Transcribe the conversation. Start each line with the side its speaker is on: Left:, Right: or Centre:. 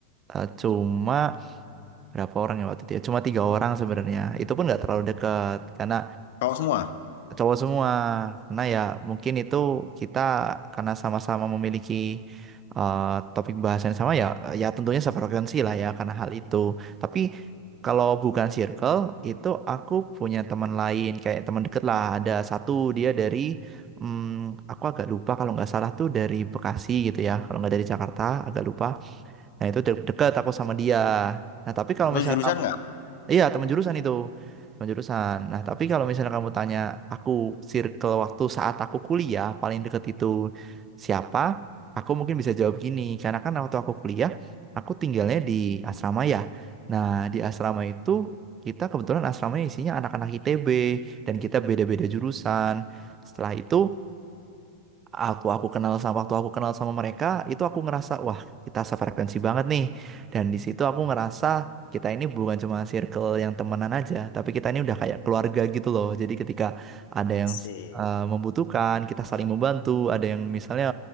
Right: eh, cuma berapa orang ya waktu itu ya? Cuma tiga orang sebenarnya. Itu pun nggak terlalu dekat karena
Left: Kau semua?
Right: cowok semua. Karena ya mungkin itu kita karena sama-sama memiliki eh, topik bahasan yang sama ya, ya tentunya sefrekuensi lah ya karena hal itu. Tapi kalau bukan circle itu aku punya teman lain kayak teman deket lah. Ada satu dia dari hmm, aku agak lupa kalau nggak salah tuh dari Bekasi gitu ya, kalau nggak dari Jakarta agak lupa. Nah itu de- deket aku sama dia. Nah tapi kalau
Left: Atau
Right: misalnya
Left: jurusan nggak?
Right: Iya, teman jurusan itu. Teman jurusan. Nah, tapi kalau misalnya kamu tanya aku circle waktu saat aku kuliah paling deket itu siapa? Aku mungkin bisa jawab gini, karena kan waktu aku kuliah, aku tinggalnya di asrama ya. Nah, di asrama itu kita kebetulan asramanya isinya anak-anak ITB dan kita beda-beda jurusan. Setelah itu aku aku kenal sama waktu aku kenal sama mereka itu aku ngerasa wah kita sefrekuensi banget nih dan di situ aku ngerasa kita ini bukan cuma circle yang temenan aja tapi kita ini udah kayak keluarga gitu loh jadi ketika ada yang
Left: Sih,
Right: eh, membutuhkan kita saling membantu ada yang misalnya